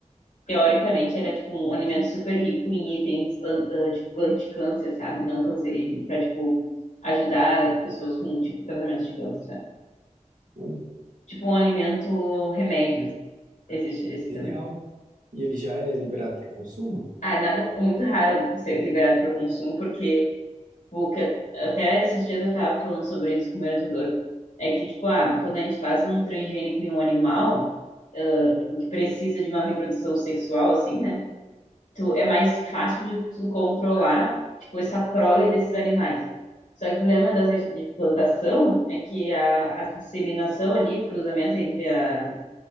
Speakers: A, on the left; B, on the right.
A: teoricamente era tipo um alimento super rico em itens an- ah, tipo anti-câncer, sabe? Não cancerígeno, pra tipo ajudar pessoas com tipo tratamento de câncer, sabe?
B: Olha,
A: Tipo um alimento remédio. Existe esse
B: genial.
A: também.
B: E ele já é liberado para consumo?
A: Ah, nada, muito raro ser liberado para o consumo, porque Porque até esses dias eu tava falando sobre isso com o meu orientador. É que, tipo, ah, quando a gente faz um transgênico em um animal, ah, tipo, que precisa de uma reprodução sexual, assim, né? Tu, é mais fácil de tu controlar, tipo, essa prole desses animais. Só que o problema das, de plantação é que a, a inseminação ali, o cruzamento entre a,